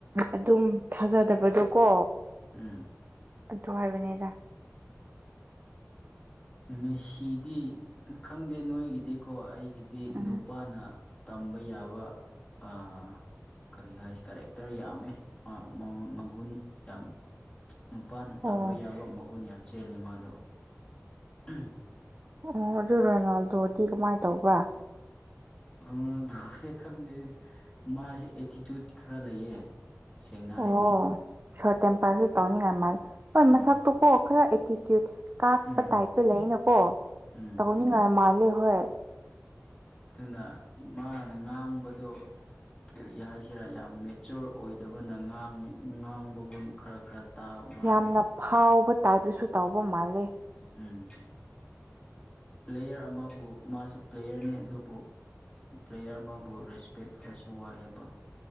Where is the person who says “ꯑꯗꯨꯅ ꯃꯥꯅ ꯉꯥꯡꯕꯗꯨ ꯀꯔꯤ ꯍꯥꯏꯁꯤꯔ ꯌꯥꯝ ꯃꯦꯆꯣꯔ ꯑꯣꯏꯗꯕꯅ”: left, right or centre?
Left